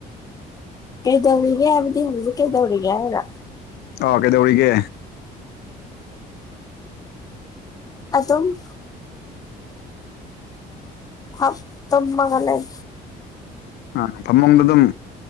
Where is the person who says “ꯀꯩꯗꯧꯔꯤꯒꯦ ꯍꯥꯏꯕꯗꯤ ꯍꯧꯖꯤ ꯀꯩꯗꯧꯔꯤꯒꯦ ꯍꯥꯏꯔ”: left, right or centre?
Left